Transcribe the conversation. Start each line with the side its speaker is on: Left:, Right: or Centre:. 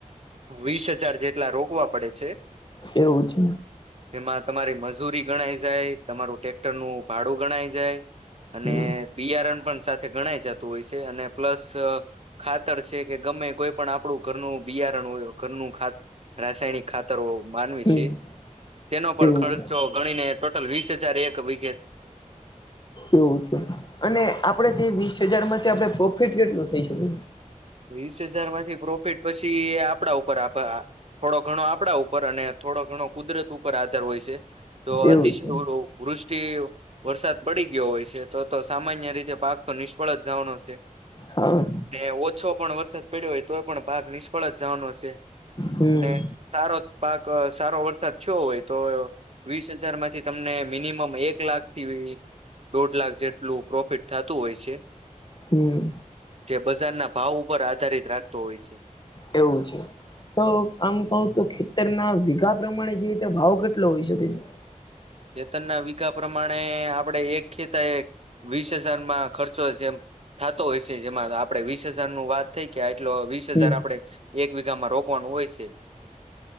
Right: વીસ હજાર જેટલા રોકવા પડે છે.
Left: એવું છે.
Right: તેમાં તમારી મજૂરી ગણાય જાય, તમારું ટટેક્ટર નું ભાડું ગણાય જાય. અને
Left: હમ
Right: બિયારણ પણ સાથે ગણાય જતું હોય છે અને પ્લસ અ ખાતર છે કે ગમે કોઈ પણ આપણું ઘરનું બિયારણ હોય ઘરનું ખાત રાસાયણિક ખાતરો માનવી
Left: હમ
Right: છે, તેનો પણ
Left: એવું
Right: ખર્ચો
Left: છે
Right: ગણીને ટોટલ વીસ હજાર એક વી
Left: એવું છે, અને આપડે તે વીસ હજાર માંથી આપે પો ફિટ કેટલું થઈ શકે?
Right: વીસ હજાર માંથી પ્રોફિટ પછી આપડા ઉપર આભા થોડો ઘણો આપડા ઉપર અને થોડો ઘણો કુદરત ઉપર પર આધાર હોય છે તો
Left: એવું
Right: અતિશ
Left: છે
Right: વૃષ્ટિ વરસાદ પડી ગયો હોય છે તો તો સામાન્ય રીતે પાક તો નિષ્ફળ જ જવાનો છે
Left: હા
Right: ને ઓ ઓછો પણ વરસાદ પડ્યો હોય તો પણ પાક નિષ્ફળ જ જવાનો છે
Left: હમ
Right: અને સારો પાક સારો વરસાદ થયો હોય તો વીસ હજારમાંથી તમને મિનિમમ એક લાખ થી દોઢ લાખ જેટલું પ્રોફિટ થાતું હોય છે.
Left: હમ
Right: જે બજારના ભાવ ઉપર આધારિત રાખતો હોય છે.
Left: એવું છે. તો આમ કઉ તો ખેતરના વીગા પ્રમાણે જઈએ તો ભાવ કેટલો હોઈ શકે છે.
Right: ખેતર ના વીઘા પ્રમાણે આપડે એક ખેતા વીસ હજારમાં ખર્ચો જેમ થાતો હોય છે જેમાં આપડે વીસ હજાર નું વાત થઈ કે આયટલો વીસ
Left: હમ
Right: હજાર આપણે એક વિઘામાં રોકવાનું હોય છે.